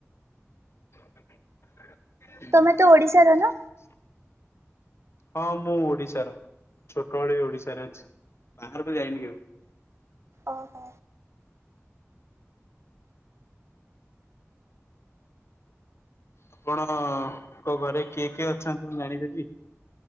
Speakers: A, on the left; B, on the right.
A: ହୁଁ।
B: ତମେ ତ ଓଡିଶାର ନା
A: ହଁ ମୁଁ ଓଡିଶାର ଛୋଟବେଳେ ଓଡିଶାରେ ଅଛି, ବାହାରକୁ ଯାଇନି କେବେ।
B: ଓହୋ
A: ଆପଣଙ୍କ ଘରେ କିଏ କିଏ ଅଛନ୍ତି ମୁଁ ଜାଣିପାରିବି।